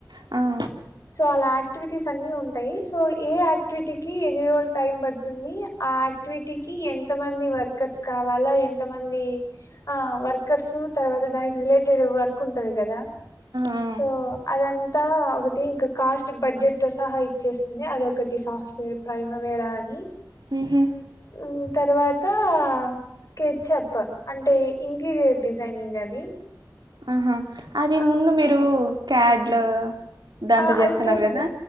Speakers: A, on the right; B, on the left.
A: ఆ
B: సో అలా యాక్టివిటీస్ అన్ని ఉంటాయి సో ఏ యాక్టివిటీ కి ఎన్ని రోజుల టైం పడుతుంది ఆ యాక్టివిటీ టికి ఎంత మంది వర్కర్స్ కావాలా ఎంత మంది ఆ వర్కర్స్ తర్వాత దానికి రిలేటెడ్ వర్క్ ఉంటది కదా
A: ఆ
B: సో అదంతా ఒకటి ఇంకా కాస్ట్ బడ్జెట్ తో సహా ఇచ్చేస్తుంది అదొ ఒకటి సాఫ్ట్వేర్ ప్రైమవేరా అని
A: మ్ హు
B: మ్ తర్వాతా స్కెచ్ అప్ అంటే ఇంటీరియర్ డిజైనింగ్ అది
A: ఆహా అది
B: ఆ
A: ముందు మీరు క్యాడ్లు దాంట్లో
B: ఆ
A: చేస్తున్నారు
B: అది జస్ట్
A: కదా